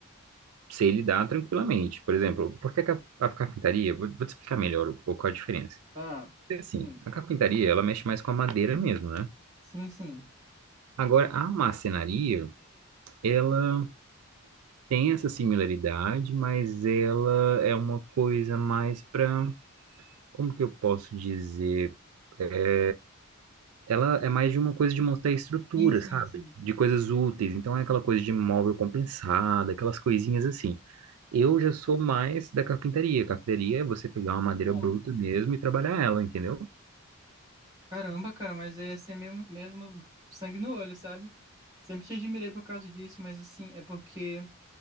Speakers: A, on the right; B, on the right.
A: sei lidar tranquilamente. Por exemplo, por que que a, cap- a carpintaria? Vou, vou te explicar melhor um pouco a diferença.
B: ah.
A: É assim,
B: Sim,
A: a carpintaria, ela mexe mais com a madeira mesmo, né?
B: sim, sim.
A: Agora, a marcenaria, ela tem essa similaridade, mas ela é uma coisa mais para, como que eu posso dizer? é, ela é mais de uma coisa de montar estrutura,
B: Sim, sim,
A: sabe?
B: sim.
A: De coisas úteis. Então é aquela coisa de móvel compensado, aquelas coisinhas assim. Eu já sou mais da carpintaria. Carpintaria é você pegar uma madeira
B: Ah.
A: bruta mesmo e trabalhar ela, entendeu?
B: Caramba, cara, mas aí ia ser mesmo, mesmo sangue no olho, sabe? Sempre te admirei por causa disso, mas assim, é porque.